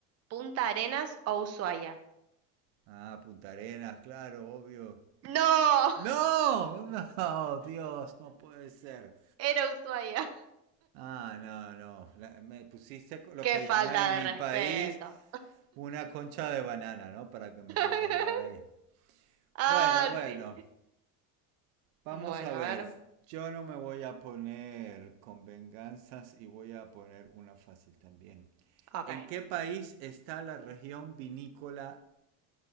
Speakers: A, on the right (about 40°); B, on the right (about 70°).
A: Punta Arenas o Ushuaia.
B: Ah, Punta Arenas, claro, obvio.
A: ¡No! <laughs>
B: No, <laughs> no, Dios, no puede ser.
A: Era Ushuaia.
B: Ah, no, no. La- me pusiste co- lo
A: ¡Qué
B: que
A: falta
B: llaman en
A: de
B: mi
A: respeto!
B: país una concha de banana, ¿no? Para que me
A: <laughs>
B: resbalara ahí.
A: Ah,
B: Bueno, bueno.
A: sí.
B: Vamos
A: Bueno,
B: a ver.
A: a ver.
B: Yo no me voy a poner con venganzas y voy a poner una fácil también.
A: Ok.
B: ¿En qué país está la región vinícola